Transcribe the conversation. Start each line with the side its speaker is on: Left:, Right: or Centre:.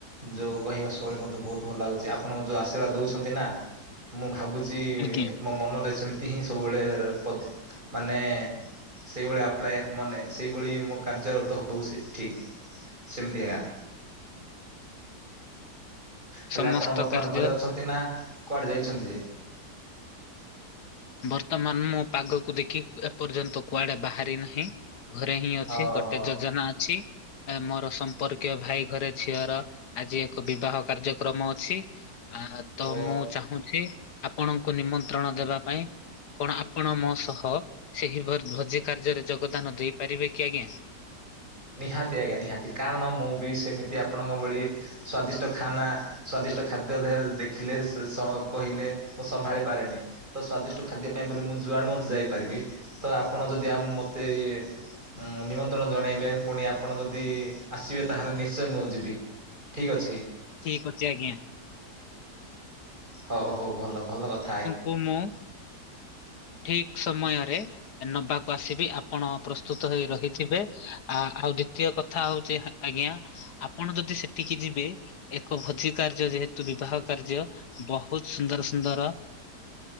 Right: ଯୋଉ କହିବା ଶୈଳି ମତେ ବହୁତ ଭଲ ଲାଗୁଛି ଆପଣଙ୍କ ଯୋଉ ଆଶୀର୍ବାଦ ଦଉଛନ୍ତି ନା, ମୁଁ ଭାବୁଛି ଅଛି
Left: ଆଜ୍ଞା।
Right: ମୋ ମନରେ ସେମିତି ହିଁ ସବୁବେଳେ ମାନେ ସେଇଭଳି ଆପ୍ଲାଏ ମନେ ସେଇଭଳି ମୋ କାର୍ଯ୍ୟରତ ହଉ ସେ ଠିକ୍ ସେମିତି ଆ ହେଲେ
Left: ସମସ୍ତ
Right: ଆପଣ ବର୍ତ୍ତମାନ
Left: କାର୍ଯ୍ୟ
Right: ଘରେ ଅଛନ୍ତି ନା କୁଆଡେ ଯାଇଛନ୍ତି ଯେ?
Left: ବର୍ତ୍ତମାନ ମୁଁ ପାଗକୁ ଦେଖି ଏପର୍ଯ୍ୟନ୍ତ କୁଆଡେ ବାହାରି ନାହିଁ। ଘରେ ହିଁ ଅଛି,
Right: ଓହୋ
Left: ଗୋଟେ ଯୋଜନା ଅଛି। ଜଣେ ମୋର ସମ୍ପର୍କୀୟ ଭାଇ ଘରେ ଝିଅର ଆଜି ଏକ ବିବାହ କାର୍ଯ୍ୟକ୍ରମ ଅଛି। ଆ ତ
Right: ଓ
Left: ମୁଁ ଚାହୁଁଛି, ଆପଣଙ୍କୁ ନିମନ୍ତ୍ରଣ ଦେବା ପାଇଁ କଣ ଆପଣ ମୋ ସହ ସେହି ଘର ଭୋଜି କାର୍ଯ୍ୟରେ ଯୋଗଦାନ ଦେଇପାରିବେ କି ଆଜ୍ଞା?
Right: ନିହାତି ଆଜ୍ଞା ନିହାତି, କାରଣ ମୁଁ ବି ସେମିତି ଆପଣଙ୍କ ଭଳି ସ୍ଵାଦିଷ୍ଟ ଖାନା ସ୍ଵାଦିଷ୍ଟ ଖାଦ୍ୟ ଦେଖିଲେ, ସେ କହିଲେ ମୁଁ ସମ୍ଭାଳି ପାରେନି। ତ ସ୍ଵାଦିଷ୍ଟ ଖାଦ୍ୟ ପାଇଁ ବୋଲି ମୁଁ ଜୁଆଡ଼ୁ ମଧ୍ୟ ଯାଇପାରିବି, ତ ଆପଣ ଯଦି ଆମ ମୋତେ ଇଏ ହଁ ନିମନ୍ତ ନିମନ୍ତ୍ରଣ ଜଣେଇବେ ପୁଣି ଆପଣ ଯଦି ଆସିବେ ତାହେଲେ ନିଶ୍ଚୟ ମୁଁ ଯିବି ଠିକ୍ ଅଛି।
Left: ଠିକ୍ ଅଛି ଆଜ୍ଞା।
Right: ହଉ, ହଉ ଭଲ, ଭଲ କଥା ଆ
Left: କୁ ମୁଁ ଠିକ ସମୟରେ ନବାକୁ ଆସିବି ଆପଣ ପ୍ରସ୍ତୁତ ହେଇ ରହିଥିବେ। ଆ ଆଉ ଯେତିକ କଥା ହଉଛି ଆଜ୍ଞା ଆପଣ ଯଦି ସେଠିକି ଯିବେ ଏକ ଭୋଜି କାର୍ଯ୍ୟ ଯେହେତୁ ବିବାହ କାର୍ଯ୍ୟ ବହୁତ ସୁନ୍ଦର, ସୁନ୍ଦର